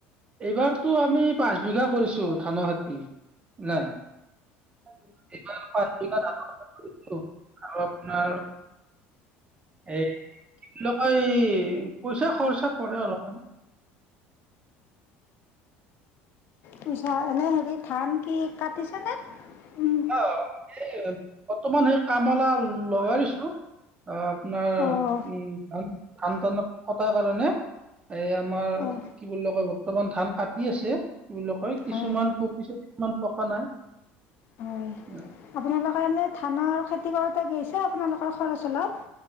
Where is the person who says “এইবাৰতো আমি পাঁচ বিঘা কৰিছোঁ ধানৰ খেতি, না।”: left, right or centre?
Right